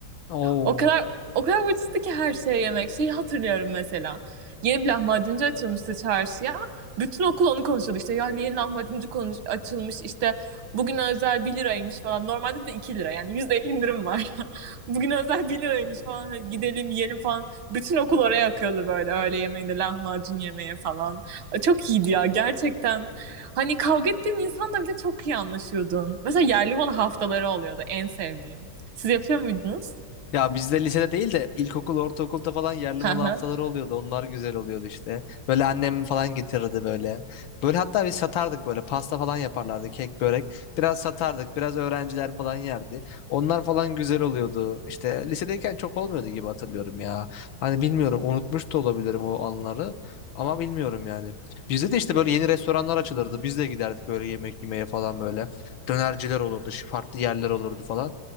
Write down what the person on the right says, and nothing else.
O kadar o kadar ucuzdu ki her şey yemek. Şeyi hatırlıyorum mesela. Yeni bir lahmacuncu açılmıştı çarşıya. Bütün okul onu konuşuyordu işte. Ya yeni lahmacuncu konuş açılmış işte. bugün özel bir liraymış falan. Normalde de 2 lira yani %50 indirim var. <laughs> bugün özel bir liraymış falan. Hadi Gidelim yiyelim falan. Bütün okul oraya akıyordu böyle öğle yemeğinde lahmacun yemeye falan. Çok iyiydi ya gerçekten. Hani kavga ettiğin insanla bile çok iyi anlaşıyordun. Mesela yerli malı haftaları oluyordu en sevdiğim. Siz yapıyor muydunuz?
Aha,